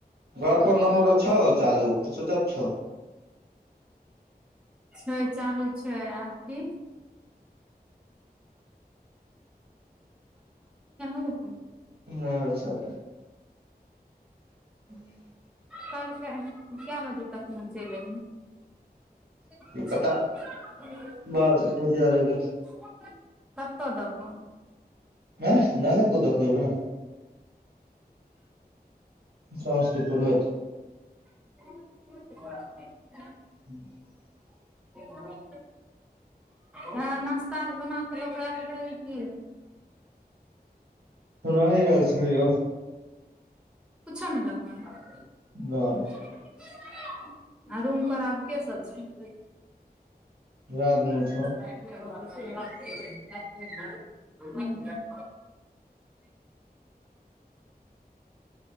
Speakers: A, on the right; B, in the centre.
A: घर पर नंबर छह चालू कि सुचफ छ
B: छै चालू छै आथी <unintelligible>
A: नहि होइछा <unintelligible>
B: कलके क्या बजे तकमे चलि एबहिं
A: की पता बाद बुझे आर एबो
B: <unintelligible> कत्तऽ दऽ कऽ
A: हँ नाना पूत द क एबइ समस्तीपुर होयत
B: <unintelligible>
A: <inaudible>
B: ह <unintelligible> हँ नाश्ता अर बना कऽ लोक आयल रही की
A: औनहि आयल छलियौ
B: कुछो नइ लऽ क
A: नहि
B: एलय आ रूम पर आब के सभ छै
A: भगन छै
B: <unintelligible>